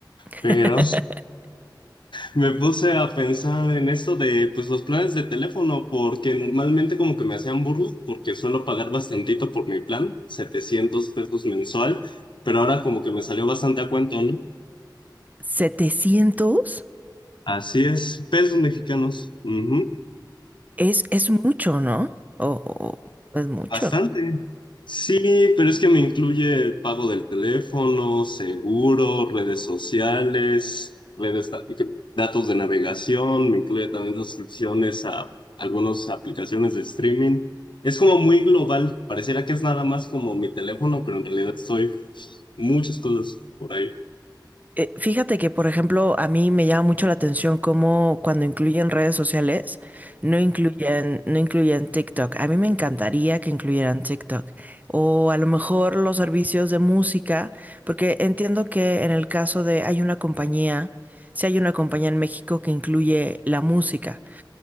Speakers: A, on the right; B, on the left.
A: <laughs>
B: Pero me puse a pensar en esto de pues los planes de teléfono, porque normalmente como que me hacían burla, porque suelo pagar bastantito por mi plan, 700 pesos mensual, pero ahora como que me salió bastante a cuento, ¿no?
A: 700
B: Así es, pesos mexicanos. Ujú.
A: es, es mucho, ¿no? O, o- es mucho.
B: Bastante. Sí, pero es que me incluye pago del teléfono, seguro, redes sociales, redes da- datos de navegación, me incluye también suscripciones a algunas aplicaciones de streaming. Es como muy global, pareciera que es nada más como mi teléfono, pero en realidad estoy muchas cosas por ahí.
A: Eh, fíjate que, por ejemplo, a mí me llama mucho la atención cómo cuando incluyen redes sociales, no incluyen, no incluyen TikTok. A mí me encantaría que incluyeran TikTok. O a lo mejor los servicios de música, porque entiendo que en el caso de hay una compañía, si hay una compañía en México que incluye la música.